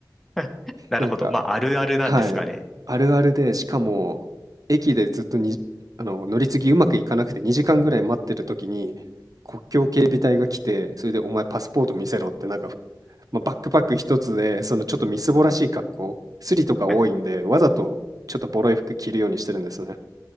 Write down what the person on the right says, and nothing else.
なんか
はい。あるあるで、しかも、駅でずっとに、あの、乗り継ぎうまくいかなくて2時間ぐらい待ってる時に、国境警備隊が来て、それでお前パスポート見せろって、なんか、まあ、バックパック一つで、そのちょっとみすぼらしい格好、スリとか多いんで、
わざとちょっとボロい服着るようにしてるんですね。